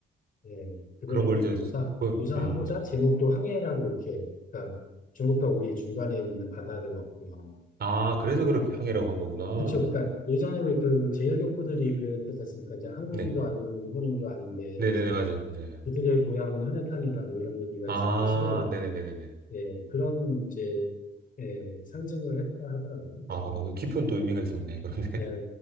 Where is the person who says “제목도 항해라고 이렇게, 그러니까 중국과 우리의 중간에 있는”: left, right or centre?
Left